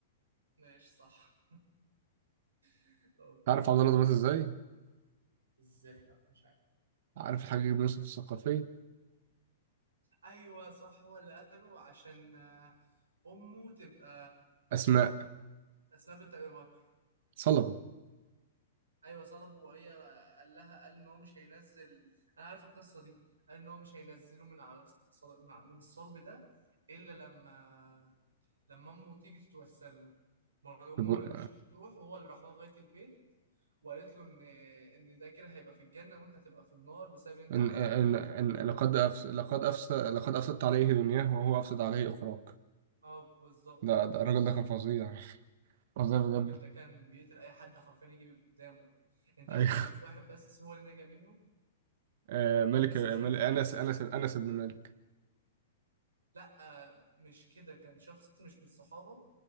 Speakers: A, on the right; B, on the right.
A: ماشي صح <laughs> أوكي
B: عارف عبد الله ده مات إزاي؟
A: إزاي لا مش عارف
B: عارف الحاج بن يوسف الثقفي
A: أيوه صح هو اللي قتله عشان آه، أمه تبقى
B: أسماء
A: أسماء بنت أبي بكر
B: صلبه
A: ايوه طلبه وهي قال لها قال ان هو مش هينزل انا عارف القصه دي قال ان هو مش هينزله من على الصل... من ع- من الصلب ده الا لما لما امه تيجي تتوسل له مرة امه
B: في بو-
A: ما رضيتش تروح وهو اللي راح لها لغايه البيت وقالت له ان ان ده كده هيبقى في الجنه وانت هتبقى في النار بسبب اللي انت
B: إن
A: عملته
B: آه،
A: ده كله
B: إن إن لقد أفس لقد أفس لقد أفسدت عليه دنياه وهو أفسد عليه أخراه
A: اه بالظبط
B: ده ده الراجل ده كان فظيع <laughs> فظيع بجد
A: الراجل ده كان بيقتل اي حد حرفيا يجي قدامه انت
B: أيوه.
A: عارف ان في واحد بس هو اللي نجا منه
B: آه، ملك
A: بس
B: ملك
A: مش فاكر
B: أنس
A: اسمه
B: أنس أنس بن مالك
A: لا مش كده كان شخص مش من الصحابة